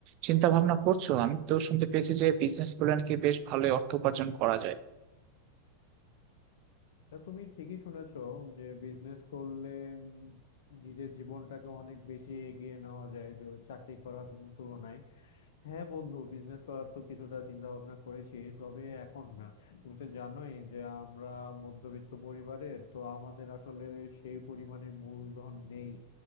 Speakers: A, on the right; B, on the left.
A: চিন্তা ভাবনা করছো আমি তো শুনতে পেয়েছি যে বিজনেস করলে নাকি বেশ ভালোই অর্থ উপার্জন করা যায়
B: তা তুমি ঠিকই শুনেছো যে বিজনেস করলে উম, নিজের জীবনটাকে অনেক বেশি এগিয়ে নেওয়া যায় য- চাকরি করার তুলনায় হ্যাঁ বন্ধু বিজনেস করার তো কিছুটা চিন্তা ভাবনা করেছি তবে এখন না তুমি তো জানোই যে আমরা মধ্যবিত্ত পরিবারের তো আমাদের আসলে সেই পরিমাণে মূলধন নেই